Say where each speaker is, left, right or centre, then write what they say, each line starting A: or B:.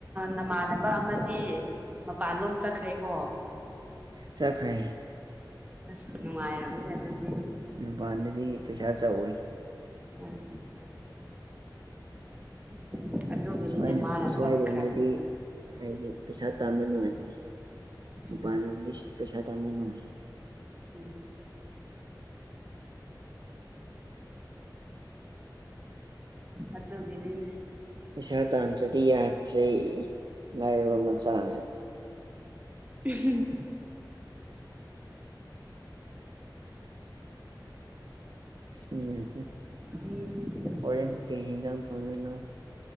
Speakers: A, on the right (about 20°); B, on the right (about 65°).
A: ꯅꯃꯥꯟꯅꯕ ꯑꯃꯗꯤ ꯃꯄꯥꯟꯂꯣꯝ ꯆꯠꯈ꯭ꯔꯦꯀꯣ
B: ꯆꯠꯈ꯭ꯔꯦ
A: ꯑꯁ ꯅꯨꯡꯉꯥꯏꯔꯅꯤꯅ ꯑꯗꯨ
B: ꯃꯄꯥꯟꯗꯗꯤ ꯄꯩꯁꯥ ꯆꯥꯎꯋꯏ
A: ꯎꯝ <inaudible>
B: ꯁ꯭ꯋꯥꯏ
A: ꯃꯥꯅ
B: ꯁ꯭ꯋꯥꯏꯔꯣꯝꯗꯗꯤ
A: ꯆꯠꯈ꯭ꯔꯕꯗꯣ
B: ꯍꯥꯏꯗꯤ ꯄꯩꯁꯥ ꯇꯥꯟꯕ ꯅꯨꯡꯉꯥꯏꯇꯦ ꯃꯄꯥꯟ
A: ꯎꯝ
B: ꯂꯝꯗꯤ ꯄꯩꯁꯥ ꯇꯥꯟꯕ ꯅꯨꯡꯉꯥꯏ
A: ꯎꯝ ꯑꯗꯨꯒꯤꯅꯤꯅꯦ
B: ꯄꯩꯁꯥ ꯇꯥꯟꯗ꯭ꯔꯗꯤ ꯌꯥꯗ꯭ꯔꯦ ꯂꯥꯏꯔꯕ ꯃꯆꯥꯅꯦ
A: ꯎꯝꯍꯝ
B: ꯎꯝ
A: ꯎꯝ
B: ꯍꯣꯔꯦꯟ ꯀꯩ ꯍꯤꯡꯖꯥꯡ ꯊꯣꯟꯗꯣꯏꯅꯣ